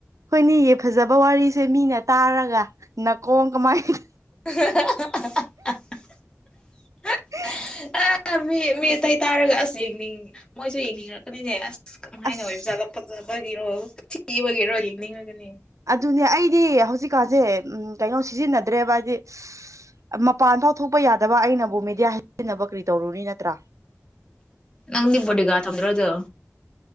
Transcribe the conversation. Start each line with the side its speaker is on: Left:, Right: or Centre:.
Right: ꯍꯣꯏꯅꯤ ꯐꯖꯕ ꯋꯥꯔꯤꯁꯦ ꯃꯤꯅ ꯇꯥꯔꯒ ꯅꯥꯀꯣꯡ ꯀꯃꯥꯏꯅ
Left: <unintelligible>
Right: <inaudible>
Left: ꯑ ꯃꯤ ꯃꯤ ꯑꯇꯩ ꯇꯥꯔꯒ ꯑꯁ ꯌꯦꯡꯅꯤꯡ ꯃꯣꯏꯁꯨ ꯌꯦꯡꯅꯤꯡꯉꯛꯀꯅꯤꯅꯦ ꯑꯁ ꯀꯃꯥꯏꯅ
Right: ꯑꯁ
Left: ꯑꯣꯏꯕ ꯆꯥꯠꯂ ꯐꯕꯒꯤꯔꯣ ꯊꯤꯕꯒꯤꯔꯣ ꯌꯦꯡꯅꯤꯡꯉꯒꯅꯤ
Right: ꯑꯗꯨꯅꯦ ꯑꯩꯗꯤ ꯍꯧꯖꯤꯛꯀꯥꯟꯁꯦ ꯎꯝ ꯀꯩꯅꯣ ꯁꯤꯖꯤꯟꯅꯗ꯭ꯔꯦꯕ ꯍꯥꯏꯗꯤ ꯃꯄꯥꯟ ꯐꯥꯎ ꯊꯣꯛꯄ ꯌꯥꯗꯕ ꯑꯩꯅꯕꯨ ꯃꯦꯗꯤꯌꯥ ꯍꯥꯏꯖꯤꯟꯅꯕ ꯀꯔꯤ ꯇꯧꯔꯨꯅꯤ ꯅꯠꯇ꯭ꯔꯥ
Left: ꯅꯪ ꯏꯕꯨꯣꯠꯒ ꯇꯗ꯭ꯔꯣ ꯑꯗꯨ